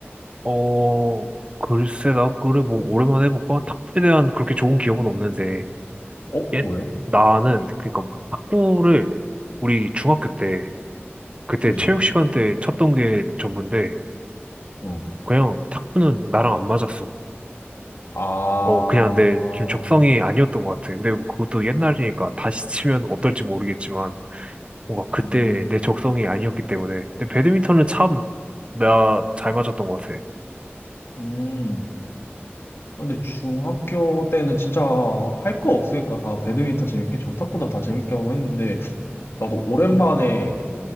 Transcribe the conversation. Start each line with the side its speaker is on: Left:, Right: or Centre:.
Right: 어, 글쎄, 나, 그래, 뭐, 오랜만에 해볼까? 탁구에 대한 그렇게 좋은 기억은 없는데,
Left: 어?
Right: 예?
Left: 왜?
Right: 나는, 그니까, 탁구를, 우리 중학교 때, 그때
Left: 그지?
Right: 체육 시간 때 쳤던 게 전부인데,
Left: 어.
Right: 그냥 탁구는 나랑 안 맞았어.
Left: 아,
Right: 어, 그냥 내 좀 적성이 아니었던 것 같아. 근데 뭐 그것도 옛날이니까 다시 치면 어떨지 모르겠지만, 뭔가
Left: 음,
Right: 그때 내 적성이 아니었기 때문에. 근데 배드민턴은 참, 나 잘 맞았던 것 같아.
Left: 음. 근데 중학교 때는 진짜 할 거 없으니까 다 배드민턴 재밌게 치고 탁구도 다 재밌게 하고 했는데 나도 오랜만에